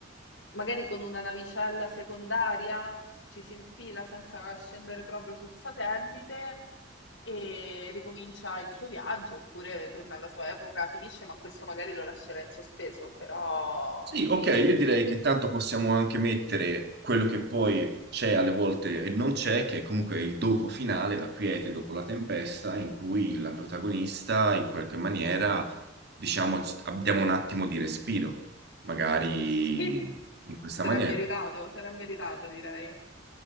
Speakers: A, on the left; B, on the right.
A: magari con una navicella secondaria, ci si infila senza scendere proprio sul satellite e ricomincia il suo viaggio, oppure torna alla sua epoca, finisce, ma questo magari lo lascerà in sospeso, però
B: Sì,
A: sì,
B: ok, io direi che tanto possiamo anche mettere quello che poi c'è alle volte e non c'è, che è comunque il dopo finale, la quiete dopo la tempesta, in cui la protagonista in qualche maniera, diciamo, c- abbiamo un attimo di respiro, magari
A: sì, sì.
B: in questa
A: Sarà
B: maniera.
A: meritato, sarà meritato, direi.